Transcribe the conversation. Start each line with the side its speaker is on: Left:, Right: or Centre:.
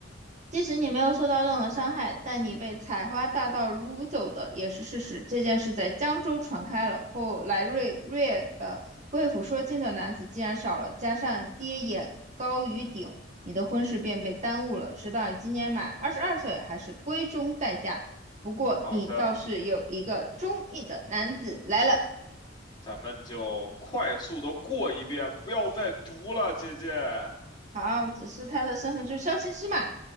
Right: 即使你没有受到任何伤害，但你被采花大盗掳走的也是事实。这件事在江州传开了，后来瑞瑞呃魏府说亲的男子既然少了，加上爹眼高于顶，你的婚事便被耽误了，直到你今年满二十二岁，还是闺中待嫁。不过你倒是有一个中意的男子来了。
Left: 好的，咱们就快速的过一遍，不要再读了，姐姐。
Right: 好，只是他的身份就是消琴师嘛，